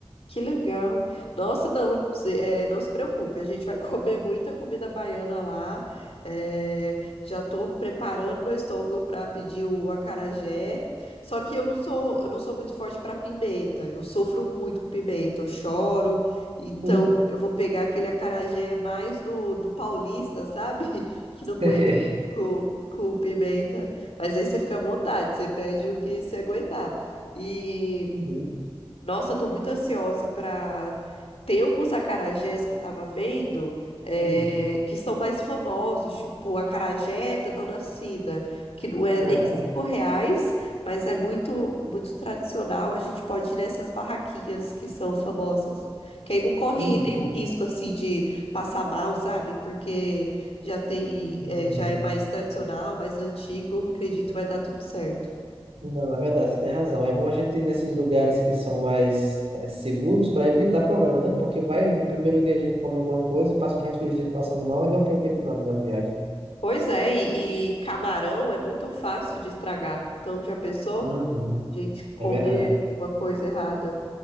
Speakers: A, on the left (about 85°); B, on the right (about 85°).
A: que legal. Nossa, não, se- é, não se preocupe, a gente vai <laughs> comer muita comida baiana lá. É, já estou preparando meu estômago para pedir o acarajé. Só que eu não sou, eu não sou muito forte para pimenta. Eu sofro muito com pimenta, eu choro. Então
B: Uhum.
A: eu vou pegar aquele acarajé mais do, do paulista, sabe? <laughs> Que não aguenta
B: <laughs>
A: muito com, com pimenta. Mas aí você fica à vontade, você pede o que você aguentar. E
B: Uhum.
A: nossa, eu tô muito ansiosa pra. Tem alguns acarajés que eu tava vendo é,
B: Uhum.
A: que são mais famosos, tipo o acarajé da Dona Cida, que não é
B: Aham.
A: nem cinco reais, mas é muito muito tradicional. A gente pode ir nessas barraquinhas que são famosas, que aí não corre
B: Uhum.
A: nenhum risco assim de passar mal, sabe? Porque já tem
B: Uhum.
A: é, já é mais tradicional, mais antigo, acredito vai dar tudo certo.
B: Não, é verdade, você tem razão. É bom a gente ir nesses lugares que são mais eh, seguros para evitar problema, né? Porque vai, no primeiro dia a gente come alguma coisa e passa o resto dos dias passando mal e não aproveita nada da viagem.
A: Pois é, e, e camarão é muito fácil de estragar. Então, já pensou?
B: Uhum.
A: A gente comer
B: É verdade.
A: uma coisa errada.